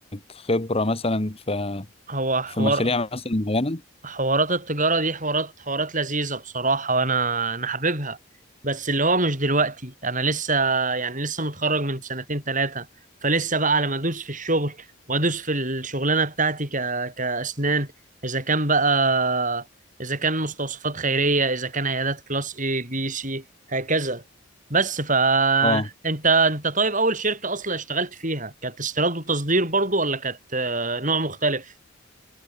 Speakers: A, on the left; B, on the right.
A: خبرة مثلا في
B: هو حوار
A: في مشاريع مثلا معينة
B: حوارات التجارة دي حوارات حوارات لذيذة بصراحة وأنا أنا حاببها بس اللي هو مش دلوقتي أنا لسه يعني لسه متخرج من سنتين تلاتة فلسه بقى لما أدوس في الشغل وأدوس في الشغلانة بتاعتي ك... كأسنان إذا كان بقى إذا كان مستوصفات خيرية إذا كان عيادات كلاس A B C هكذا بس فأنت
A: اه
B: أنت أنت طيب أول شركة أصلا اشتغلت فيها كانت استيراد وتصدير برضو ولا كانت آه، نوع مختلف؟